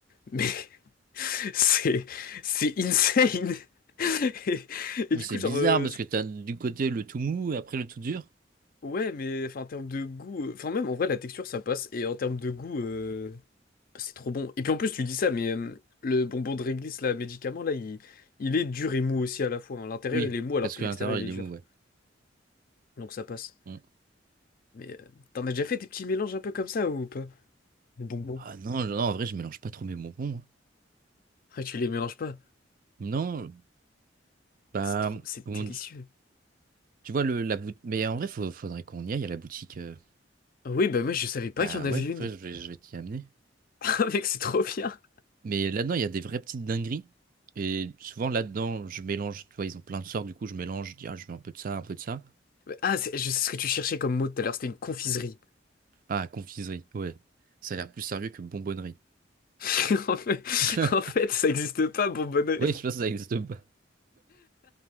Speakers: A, on the left; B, on the right.
A: Mais <laughs> c'est c'est insane! <laughs> Et, et
B: Mais
A: du
B: c'est
A: coup,
B: bizarre
A: genre, euh,
B: parce que t'as du côté le tout mou et après le tout dur.
A: ouais, mais enfin, en termes de goût, euh, enfin, même en vrai, la texture ça passe. Et en termes de goût. euh, C'est trop bon. Et puis en plus, tu dis ça, mais euh, le bonbon de réglisse, là, médicament, là, il, il est dur et mou aussi à la fois. hein. L'intérieur,
B: Oui,
A: il est mou alors
B: parce
A: que
B: que
A: l'extérieur,
B: l'intérieur, il
A: il est dur.
B: est mou, ouais.
A: Donc ça passe.
B: Mm.
A: Mais euh, t'en as déjà fait des petits mélanges un peu comme ça ou pas? Des bonbons.
B: Ah non, je- non, en vrai, je mélange pas trop mes bonbons. hein.
A: Ah, tu les mélanges pas.
B: Non, bah,
A: Mec, C'est trop... C'est
B: comment...
A: délicieux.
B: di- Tu vois, le, la boutique... Mais en vrai, faut- faudrait qu'on y aille à la boutique. euh.
A: Ah Oui, bah moi, je savais pas
B: Bah
A: qu'il y en avait
B: ouais,
A: une.
B: faudrait- je vais,
A: <laughs>
B: je vais t'y amener.
A: Ah, mec, c'est trop bien.
B: Mais là-dedans, il y a des vraies petites dingueries. Et souvent, là-dedans, je mélange. Tu vois, ils ont plein de sorts. Du coup, je mélange. Je dis, ah, je veux un peu de ça, un peu de ça.
A: Ah, c'est- je sais ce que tu cherchais comme mot tout à l'heure, c'était une confiserie.
B: Ah, confiserie. Ouais. Ça a l'air plus sérieux que bonbonnerie.
A: <laughs> En fait,
B: <laughs>
A: en fait, ça existe pas, bonbonnerie.
B: Oui, je pense que ça existe pas.